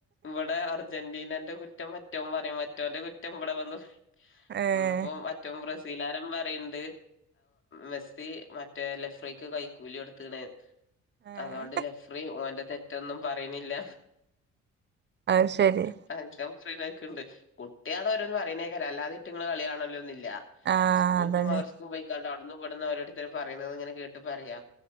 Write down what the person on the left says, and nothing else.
ഇവിടെ അർജന്റീനന്റെ കു റ്റം മറ്റോം പറിം മറ്റോന്റെ കുറ്റം ഇവടെ വന്ന്
ഇന്ന്പ്പോ മറ്റോം ബ്രസീ സീലാരം പറീണ്ട് മെസ്സി മറ്റേ ലഫ്രൈക്ക് കൈക്കൂലി കൊട്ത്ത്ക്ക്ണ്
അതൊണ്ട് ലഫ്രി ഓൻ്റെ തെറ്റൊന്നും പറിണ്ല്ല
<unintelligible> പറിണെക്ക്ണ്ട് കുട്ട്യാള് ഓരോന്ന് പറിണെക്കാരം അല്ലാതെ ഇറ്റങ്ങള് കളി കാണലൊന്നുല്ല
സ്കൂക്കും
മദ്റസ്ക്കും പോയിക്കാണ്ട് അവ്ട്ന്നു ഇവട്ന്നും ഒരോരുത്തര് പറയുന്നത് ഇങ്ങനെ കേട്ട് പറയാ